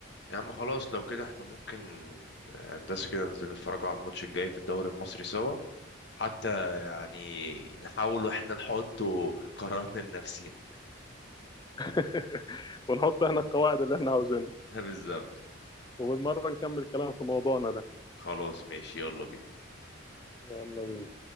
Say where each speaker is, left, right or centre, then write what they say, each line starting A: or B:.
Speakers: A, on the left (about 55°); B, on the left (about 20°).
A: يا عم خلاص لو كده احنا ممكن هندسة كده ننزل نتفرجوا على الماتش الجاي في الدوري المصري سوا حتى يعني نحاول واحنا نحط قراراتنا لنفسينا
B: <laughs> ونحط احنا القواعد اللي احنا عاوزينها
A: <laughs> بالظبط
B: وبالمرة نكمل كلام في موضوعنا ده
A: خلاص ماشي يلا بينا
B: يلا بينا